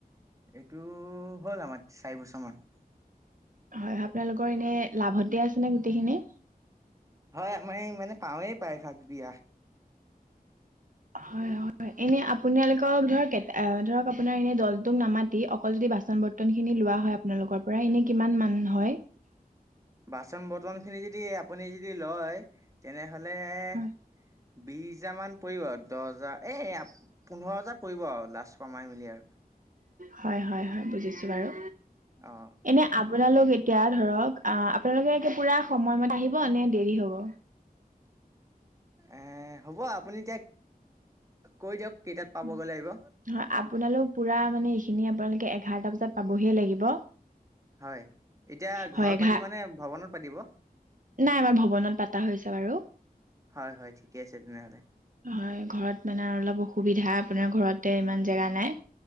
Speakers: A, on the right; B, on the right.
A: এইটো হ'ল আমাৰ চাৰি বছৰমান।
B: হয় আপোনালোকৰ এনে লাভতে আছে নে গোটেইখিনিে?
A: হয় আমাৰ এই মানে পাওঁৱেই প্ৰায়ভাগ বিয়া।
B: হয় হয় হয় এনে আপোনালোকক ধৰক ধৰক আপোনাৰ এনে দলটোক নামাতি অকল যদি বাচন বৰ্তন খিনি লোৱা হয় আপোনালোকৰ পৰা এনে কিমান মান হয়?
A: বাচন বৰ্তনখিনি যদি আপুনি যদি লয় তেনেহ'লে বিশ
B: হয়
A: হাজাৰ মান পৰিব, দহ হাজাৰ এই পোন্ধৰ হাজাৰ পৰিব আৰু লাষ্ট কমাই মেলি আৰু।
B: হয় হয় হয় বুজিছো বাৰু।
A: অঁ।
B: এনে আপোনালোক এতিয়া ধৰক আপোনালোকে পুৰা সময়মতে আহিব নে দেৰি হব?
A: এ হ'ব আপুনি এতিয়া কৈ দিয়ক কেইটাত পাবগৈ
B: <inaudible>
A: লাগিব
B: হয় আপোনালোক পুৰা মানে এইখিনি আপোনালোকে এঘাৰটা বজাত পাবহি লাগিব।
A: হয় এতিয়া
B: হয়
A: ঘৰত
B: এঘাৰ
A: পাতিব নে ভৱনত পাতিব?
B: নাই আমাৰ ভৱনত পাতা হৈছে বাৰু।
A: হয় হয় ঠিকে আছে তেনেহ'লে
B: হয় ঘৰত মানে অলপ অসুবিধা আপোনাৰ ঘৰতে ইমান জেগা নাই।